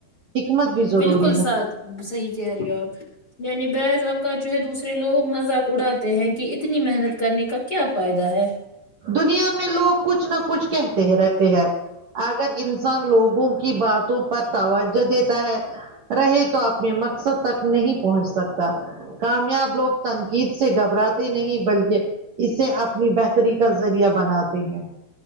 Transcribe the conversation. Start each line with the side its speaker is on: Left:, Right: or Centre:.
Right: حکمت بھی ضروری
Left: بالکل ساتھ
Right: ہے
Left: صحیح کہہ رہی ہو آپ یعنی بیض اب کا جو ہے دوسرے لوگ مذاق اڑاتے ہیں کہ اتنی محنت کرنے کا کیا فائدہ ہے
Right: دنیا میں لوگ کچھ نہ کچھ کہتے ہیں رہتے ہیں اگر انسان لوگوں کی باتوں پر توجہ دیتا ہے رہے تو آپنے مقصد تک نہیں پہنچ سکتا کامیاب لوگ تنقید سے گھبراتے نہیں بلکہ اس سے اپنے طریقہ کا ذریعہ بناتے ہیں